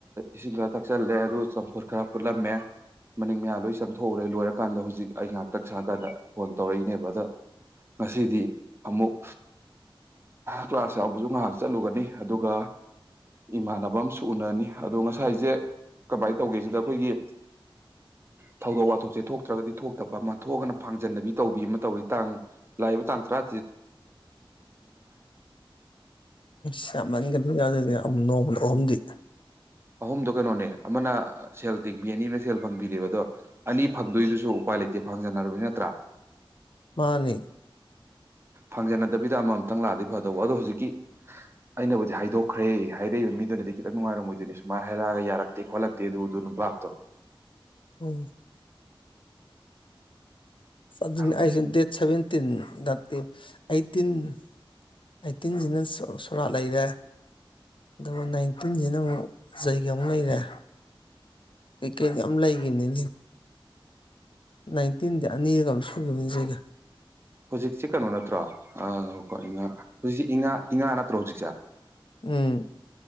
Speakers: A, on the right; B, on the left.
A: ꯏꯁꯤꯡ ꯈꯔ ꯊꯛꯆꯜꯂꯦ ꯑꯗꯨ ꯆꯝꯐꯨꯠ ꯈꯔ ꯐꯨꯠꯂꯝꯃꯦ ꯃꯅꯤꯡ ꯃꯌꯥ ꯂꯣꯏ ꯆꯪꯊꯣꯛꯎꯔꯦ ꯂꯣꯏꯔꯀꯥꯟꯗ ꯍꯧꯖꯤꯛ ꯑꯩ ꯉꯥꯏꯍꯥꯛꯇꯪ ꯁꯀꯥꯟꯗ ꯐꯣꯟ ꯇꯧꯔꯛꯏꯅꯦꯕ ꯑꯗ ꯉꯁꯤꯗꯤ ꯑꯃꯨꯛ ꯀ꯭ꯂꯥꯁ ꯌꯥꯎꯕꯁꯨ ꯉꯥꯏꯍꯥꯛ ꯆꯠꯂꯨꯒꯅꯤ ꯑꯗꯨꯒ ꯏꯃꯥꯟꯅꯕ ꯑꯨ ꯎꯅꯅꯤ ꯑꯗꯣ ꯉꯁꯥꯏꯁꯦ ꯀꯃꯥꯏꯅ ꯇꯧꯒꯦꯁꯤꯗ ꯑꯩꯈꯣꯏꯒꯤ ꯊꯧꯗꯣꯛ ꯋꯥꯊꯣꯛꯁꯦ ꯊꯣꯛꯇ꯭ꯔꯒꯗꯤ ꯊꯣꯛꯇꯕ ꯑꯃ ꯊꯣꯛꯑꯅ ꯐꯥꯡꯖꯟꯅꯕꯤ ꯇꯧꯕꯤ ꯑꯃ ꯇꯧꯔꯤ ꯇꯥꯡ ꯂꯥꯛꯏꯕ ꯇꯥꯡ ꯇꯔꯥ
B: ꯁꯃ ꯀ ꯅ ꯑꯣꯝꯗꯤ
A: ꯑꯍꯨꯝꯗ ꯀꯩꯅꯣꯅꯦ ꯑꯃꯅꯦꯜ ꯇꯤꯕꯤ ꯑꯅꯤ ꯃꯁꯦꯜ ꯐꯪꯕꯤꯗꯦꯕ ꯑꯗꯣ ꯑꯅꯤ ꯐꯪꯗꯣꯏꯗꯨꯁꯨ ꯎꯄꯥꯏ ꯂꯩꯇꯦ ꯐꯪꯖꯅꯔꯕꯅꯤ ꯅꯠꯇ꯭ꯔꯥ
B: ꯃꯥꯅꯤ
A: ꯐꯪꯖꯅꯗꯕꯤꯗ ꯑꯃꯃꯝꯇꯪ ꯂꯥꯛꯑꯗꯤ ꯐꯗꯧꯕ ꯑꯗꯣ ꯍꯧꯖꯤꯛꯀꯤ ꯑꯩꯅꯕꯨꯗꯤ ꯍꯥꯏꯗꯣꯛꯈ꯭ꯔꯦ ꯍꯥꯏꯔꯛꯏꯕ ꯃꯤꯗꯨꯅꯗꯤ ꯈꯤꯇꯪ ꯅꯨꯡꯉꯥꯏꯔꯝꯃꯣꯏꯗ ꯑꯗꯨꯅꯤ ꯁꯨꯃꯥꯏꯅ ꯍꯥꯏꯔꯛꯑꯒ ꯌꯥꯔꯛꯇꯦ ꯈꯣꯠꯂꯛꯇꯦ ꯑꯗꯨ ꯑꯗꯨꯅ ꯚꯥꯞꯇꯣ
B: ꯎꯝ ꯁꯁ
A: ꯈꯪꯗꯦ
B: ꯗꯦꯠ ꯁꯚꯦꯟ ꯑꯩꯠꯇꯤꯟ ꯑꯩꯠꯇꯤꯟ ꯑꯩꯠꯇꯤꯟꯁꯤꯅ ꯁꯣꯔꯥꯠ ꯂꯩꯔꯦ ꯑꯗꯨꯒ ꯅꯥꯏꯟꯇꯤꯟꯁꯤꯅ ꯑꯃꯨꯛ ꯖꯩꯒ ꯑꯃꯨꯛ ꯂꯩꯔꯦ ꯀꯩꯀꯩ ꯑꯃ ꯂꯩꯈꯤꯕꯅꯤ ꯅꯥꯏꯟꯇꯤꯟꯗꯤ ꯑꯅꯤꯔꯒ ꯑꯃꯝ ꯁꯨꯈꯤꯕꯅꯤ ꯁꯤꯒ
A: ꯍꯧꯖꯤꯛꯁꯦ ꯀꯩꯅꯣ ꯅꯠꯇ꯭ꯔꯣ ꯑꯀꯣ ꯏꯉꯥ ꯍꯧꯖꯤꯛꯁꯤꯦꯥ ꯏꯉꯥ ꯅꯠꯇ꯭ꯔꯣ ꯍꯧꯖꯤꯛꯁꯦ
B: ꯎꯝ